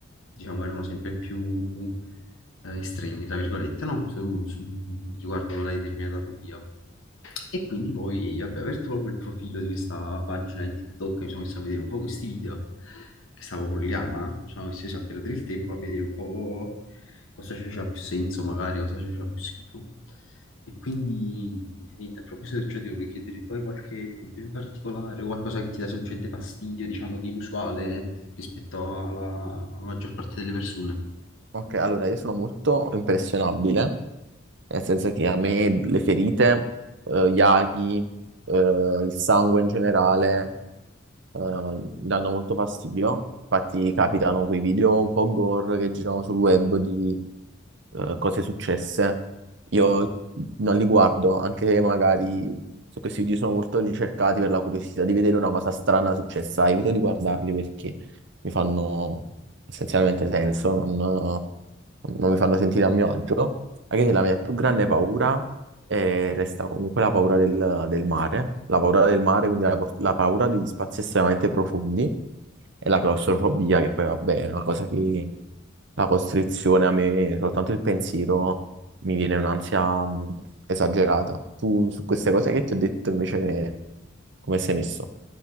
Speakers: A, on the left; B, on the right.
A: diciamo, erano sempre più eh, estremi, tra virgolette, no? Su- su- riguardo alla determinata fobia. E quindi poi, vabbè, ho aperto proprio il profilo di questa pagina di TikTok, e mi sono messo a vedere un po' questi video che stavo collegando, ci sono messo a perdere il tempo a vedere un po' cosa c'è più senso magari, cosa c'è più schifo. E quindi, niente, a proposito di ciò, ti volevo chiedere, tu hai qualche dubbio in particolare o qualcosa che ti dà semplicemente fastidio, diciamo, di inusuale rispetto alla alla maggior parte delle persone?
B: ok, allora io sono molto impressionabile, nel senso che a me le ferite, eh, gli aghi, eh, il sangue in generale, eh, danno molto fastidio. Infatti capitano quei video un po' gore che girano sul web di eh, cose successe.
A: Sì.
B: Io non li guardo, anche se magari se questi video sono molto ricercati per la curiosità di vedere una cosa strana successa, evito di guardarli perché mi fanno essenzialmente senso, non, non mi fanno sentire a mio agio. Anche se la mia più grande paura e resta comunque la paura del, del mare, la paura del mare, quindi la, por- la paura degli spazi estremamente profondi e la claustrofobia, che poi vabbè è una cosa che la costrizione a me, soltanto il pensiero mi viene un'ansia mh, esagerata. Tu su queste cose che ti ho detto invece ne- come sei messo?